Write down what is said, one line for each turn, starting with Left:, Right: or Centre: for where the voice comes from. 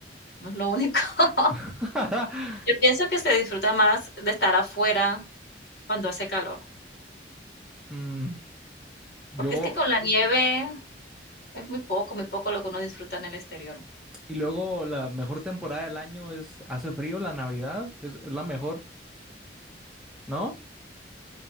Left: no es lo único. <laughs>
Centre: <laughs>
Left: Yo pienso que se disfruta más de estar afuera cuando hace calor,
Centre: Mm, yo,
Left: porque es que con la nieve es muy poco, muy poco lo que uno disfruta en el exterior.
Centre: y luego la mejor temporada del año es, hace frío, la Navidad, es, es la mejor, ¿no?